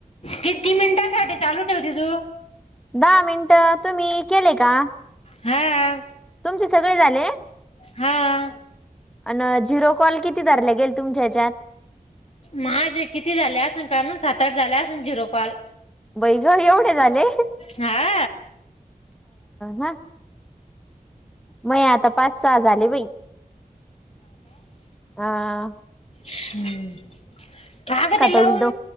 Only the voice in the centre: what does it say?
दहा मिनिटं तुम्ही केले का?
तुमचे सगळे झाले अ.
अन झिरो कॉल किती धरलं गेले? तुमच्या ह्याच्यात
बाई ग! एवढे झाले ह
ह. महे आता पाच सहा झाले बाई, हा.
ताईला दो